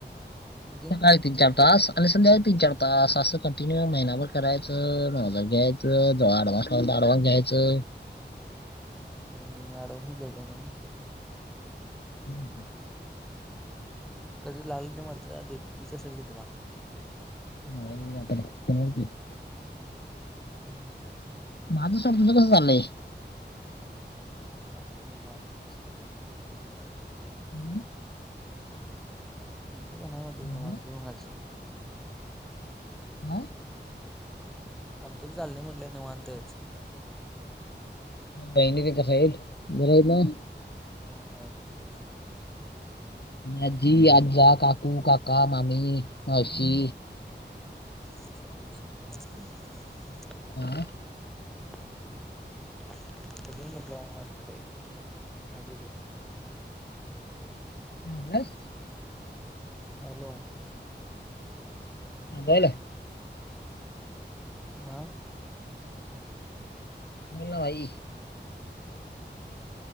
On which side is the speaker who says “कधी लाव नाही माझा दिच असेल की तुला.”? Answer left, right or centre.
Centre